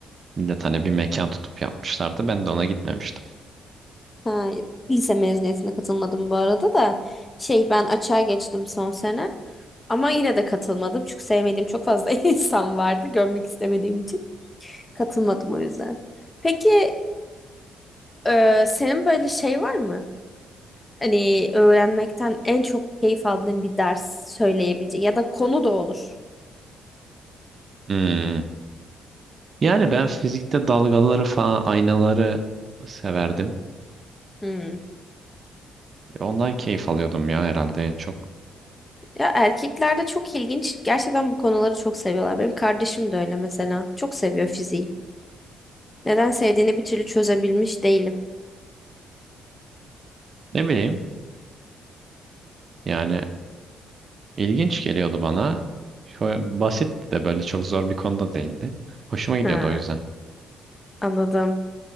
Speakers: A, on the right (about 45°); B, on the left (about 20°).
A: millet hani bir mekan tutup yapmışlardı. Ben de ona gitmemiştim.
B: Ha, lise mezuniyetine katılmadım bu arada da. Şey ben açığa geçtim son sene. Ama yine de katılmadım. Çünkü sevmediğim çok fazla <laughs> insan vardı. Görmek istemediğim için. Katılmadım o yüzden. Peki e, senin böyle şey var mı? Hani öğrenmekten en çok keyif aldığın bir ders söyleyebileceğin ya da konu da olur.
A: Hmm. Yani ben fizikte dalgaları falan aynaları severdim.
B: Hmm.
A: Ondan keyif alıyordum ya herhalde en çok.
B: Ya erkeklerde çok ilginç. Gerçekten bu konuları çok seviyorlar. Benim kardeşim de öyle mesela. Çok seviyor fiziği. Neden sevdiğini bir türlü çözebilmiş değilim.
A: Ne bileyim yani İlginç geliyordu bana. Şöyle Basit de böyle çok zor bir konuda değildi. Hoşuma gidiyordu
B: Ha,
A: o yüzden.
B: anladım.